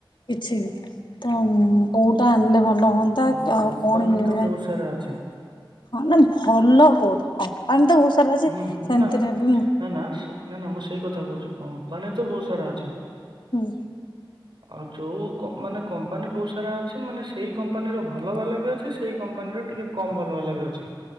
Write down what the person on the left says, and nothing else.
କିଛି ବି ତ କୋଉଟା ଆଣିଲେ ଭଲ ହୁଅନ୍ତା
ଆଉ କଣ
ଏମ୍
ହଁ ନା ଭଲ କୋଉଠି କମ୍ପାନୀ ତ ବହୁତ ସାରା ଅଛି।
ସେମ୍
ତିରେ ବି
ହୁଁ।